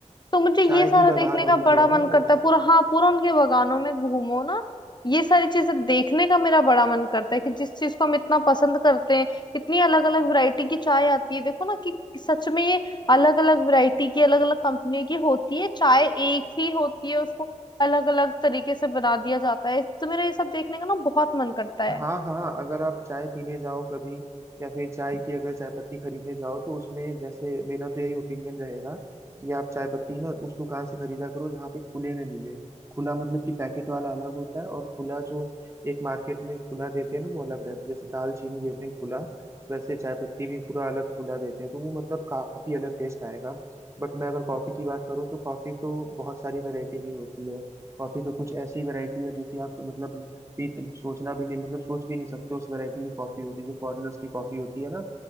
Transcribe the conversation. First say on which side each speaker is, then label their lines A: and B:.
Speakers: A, on the left; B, on the right.
A: तो मुझे
B: चाय
A: ये सारा
B: की बागान
A: देखने
B: होती
A: का बड़ा
B: है
A: मन
B: ना वो
A: करता है पूरा हाँ पूरा उनके बगानों में घूमो ना ये सारी चीजें देखने का मेरा बड़ा मन करता है कि जिस चीज को हम इतना पसंद करते हैं इतनी अलग अलग वैरायटी की चाय आती है देखो ना कि सच में ये अलग अलग वैरायटी की अलग अलग कंपनियों की होती है चाय एक ही होती है उसको अलग अलग तरीके से बना दिया जाता है तो मेरा ये सब देखने का ना बहुत मन करता है
B: हाँ हाँ अगर आप चाय पीने जाओ कभी या फिर चाय की अगर चाय पत्ती खरीदने जाओ तो उसमें जैसे मेरा तो यही ओपिनियन रहेगा कि आप चाय पत्ती ना उस दुकान से खरीदा करो जहाँ पे खुले में मिले खुला मतलब कि पैकेट वाला अलग होता है और खुला जो एक मार्केट में खुला देते हैं ना वो अलग रहता है जैसे दाल चीनी देते हैं खुला वैसे चाय पत्ती भी पूरा अलग खुला देते हैं तो वो मतलब काफी अलग टेस्ट आएगा बट मैं अगर कॉफी की बात करूँ तो कॉफी तो बहुत सारी वैरायटी की होती है कॉफी तो कुछ ऐसी वैरायटी है जो कि आप मतलब पी सोचना भी नहीं मतलब सोच भी नहीं सकते उस वैरायटी की कॉफी होती है जो फॉरेनर्स की कॉफी होती है ना